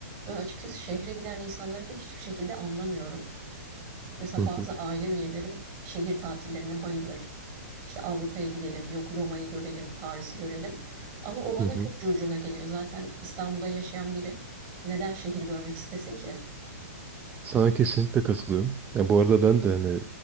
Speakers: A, on the right; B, on the right.
A: Ve açıkçası şehre giden insanları da hiçbir şekilde anlamıyorum. Mesela
B: Hı hı.
A: bazı aile üyelerim şehir tatillerine bayılır. İşte Avrupa'ya gidelim, yok Roma'yı görelim, Paris'i görelim. Ama o bana
B: Hı hı.
A: çok curcuna geliyor. Zaten İstanbul'da yaşayan biri neden şehir görmek istesin ki?
B: Sana kesinlikle katılıyorum. Ya bu arada ben de hani